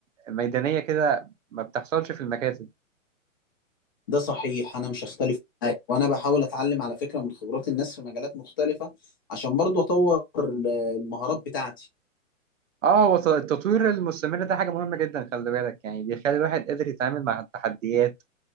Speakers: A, on the right (about 65°); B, on the left (about 15°).
A: ميدانية كده ما بتحصلش في المكاتب
B: ده صحيح انا مش هختلف معاك وانا بحاول اتعلم على فكره من خبرات الناس في مجالات مختلفه عشان برضو اطور ال- المهارات بتاعتي
A: اه هو الت- التطوير المستمر ده حاجة مهمة جدا خلي بالك يعني بيخلي الواحد قادر يتعامل مع التحديات